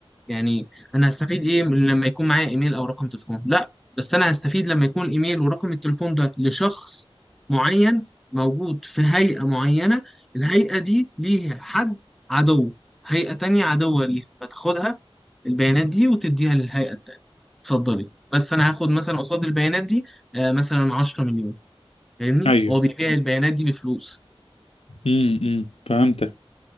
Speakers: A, in the centre; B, on the left.
A: يعني انا هستفيد ايه من لما يكون معايا ايميل او رقم تليفون لا بس انا هستفيد لما يكون الايميل ورقم التليفون ده لشخص معين موجود في هيئة معينة الهيئة دي ليها حد عدو هيئة تانية عدوة ليها فتاخدها البيانات دي وتديها للهيئة التانية اتفضلي بس انا هاخد مثلا قصاد البيانات دي آه مثلا 10 مليون فاهمني
B: ايوه
A: هو بيبيع البيانات دي بفلوس
B: امم أمم. فهمتك